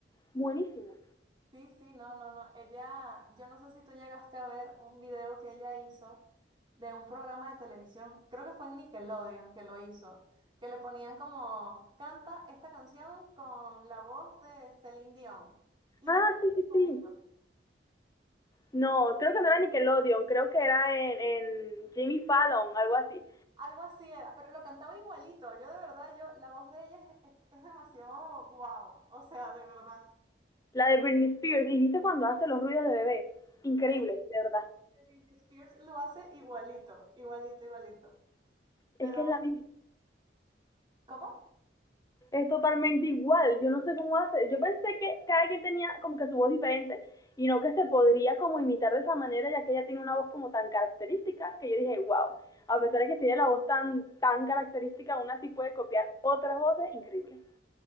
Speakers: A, on the left; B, on the right.
A: buenísimo.
B: Sí, sí, no, no, no. Ella, yo no sé si tú llegaste a ver un video que ella hizo de un programa de televisión, creo que fue en Nickelodeon que lo hizo, que le ponían como, canta esta canción con la voz de Celine Dion. Y
A: Ah,
B: lo cantaba
A: sí, sí,
B: igualito.
A: sí. No, creo que no era Nickelodeon, creo que era en, en Jimmy Fallon, algo así.
B: Algo así era, pero lo cantaba igualito. Yo de verdad, yo, la voz de ella es, es- es demasiado wow. O sea, de verdad.
A: La de Britney Spears, y viste cuando hace los ruidos de bebé. Increíble,
B: Sí,
A: de verdad.
B: Britney Spears lo hace igualito, igualito, igualito. Pero,
A: Es que es
B: bueno,
A: la misma.
B: ¿cómo?
A: es totalmente igual. Yo no sé cómo hace. Yo pensé que cada quien tenía como que su voz diferente y no que se podría como imitar de esa manera, ya que ella tiene una voz como tan característica que yo dije, wow, a pesar de que tiene la voz tan, tan característica, aún así puede copiar otras voces increíbles.